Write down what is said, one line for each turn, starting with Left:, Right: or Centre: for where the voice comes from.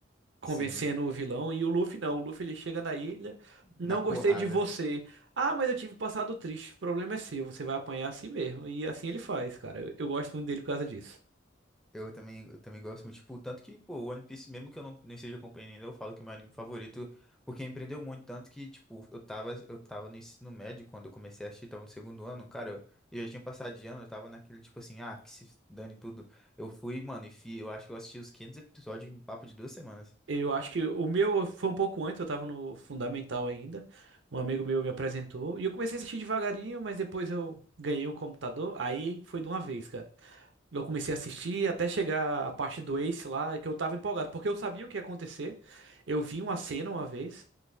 Right: convencendo
Centre: Sim,
Right: o vilão, e o Luffy não. O Luffy ele chega na ilha, não
Centre: na porrada.
Right: gostei de você. Ah, mas eu tive um passado triste. O problema é seu, você vai apanhar assim mesmo. E assim ele faz, cara. Eu, eu gosto muito dele por causa disso.
Centre: Eu também, eu também gosto muito, tipo, tanto que, pô, o One Piece, mesmo que eu não, não esteja acompanhando ainda, eu falo que é meu anime favorito, porque empreendeu muito, tanto que, tipo, eu tava, eu tava no ensino médio quando eu comecei a assistir, tava no segundo ano, cara, eu eu já tinha passado de ano, eu tava naquele, tipo assim, ah, que se dane tudo. Eu fui, mano, e fi, eu acho que eu assisti os 500 episódios em papo de duas semanas.
Right: Eu acho que o meu foi um pouco antes, eu tava no fundamental ainda. Um amigo meu me apresentou e eu comecei a assistir devagarinho, mas depois eu ganhei um computador, aí foi de uma vez, cara. Eu comecei a assistir até chegar a parte do Ace lá, que eu tava empolgado, porque eu sabia o que ia acontecer. Eu vi uma cena uma vez